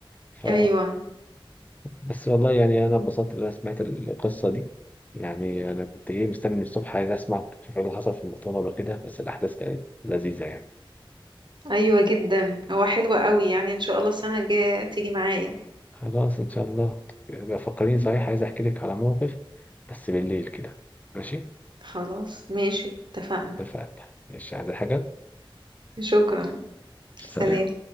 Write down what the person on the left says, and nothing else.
ف
بس والله يعني انا اتبسطت ان انا سمعت القصه دي يعني انا كنت ايه مستني من الصبح عايز اسمع شوف ايه اللي حصل في المؤتمر وكده بس الاحداث كانت لذيذه يعني
خلاص ان شاء الله يبقى فكرين صحيح عايز احكي لك على موقف بس بالليل كده ماشي
اتفقنا مش عايز حاجه
سلام